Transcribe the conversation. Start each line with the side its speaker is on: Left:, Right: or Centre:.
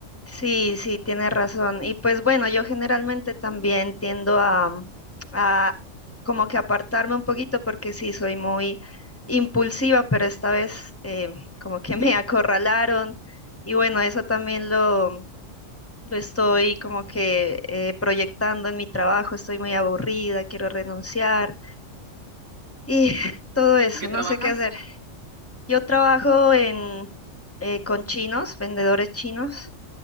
Left: Sí, sí, tiene razón. Y pues bueno, yo generalmente también tiendo a, mm, a como que apartarme un poquito porque sí, soy muy impulsiva, pero esta vez eh, como que <laughs> me acorralaron. Y bueno, eso también lo, lo estoy como que eh, proyectando en mi trabajo. Estoy muy aburrida, quiero renunciar y <laughs> todo eso,
Right: ¿En qué
Left: no
Right: trabajas?
Left: sé qué hacer. Yo trabajo en, eh, con chinos, vendedores chinos.